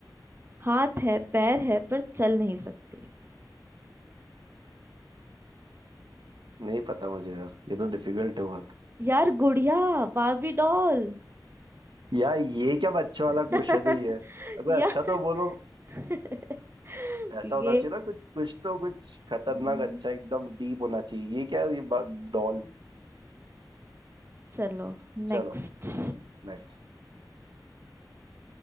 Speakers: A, on the right; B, on the right.
A: हाथ है पैर है पर चल नहीं सकती
B: नहीं पता मुझे यार ये तो डिफिकल्ट है बहुत
A: यार गुड़िया बार्बी डॉल
B: यार ये क्या बच्चों
A: <laughs>
B: वाला क्वेश्चन ही है अगर
A: या
B: अच्छा तो बोलो
A: <laughs>
B: ऐसा
A: ये
B: होना चाहिए ना कुछ कुछ तो कुछ खतरनाक
A: हम्म,
B: अच्छा एकदम डीप होना चाहिए ये क्या है? ये डॉल
A: चलो नेक्स्ट
B: चलो नेक्स्ट